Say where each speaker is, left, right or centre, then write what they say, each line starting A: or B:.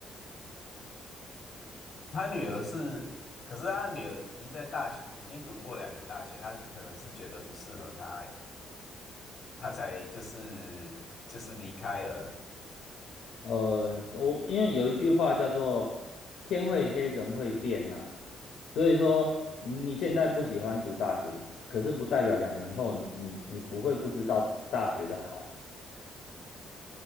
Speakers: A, on the left (about 55°); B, on the left (about 75°).
A: 他女儿是，可是他女儿已经在大学，已经读过两年大学，他就可能是觉得不适合他，他才就是就是离开了。
B: 呃，我因为有一句话叫做“天会黑，人会变”呐，所以说你你现在不喜欢读大学，可是不代表两年后你你不会不知道读大学的好啊